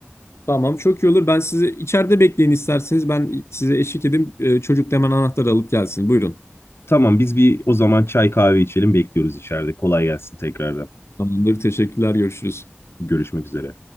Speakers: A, on the left; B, on the left.
A: Tamam çok iyi olur. Ben sizi içeride bekleyin isterseniz. Ben size eşlik edeyim. Ee, Çocuk da hemen anahtarı alıp gelsin. Buyurun.
B: Tamam biz bir o zaman çay kahve içelim bekliyoruz içeride. Kolay gelsin tekrardan.
A: Tamamdır. Teşekkürler. Görüşürüz.
B: Görüşmek üzere.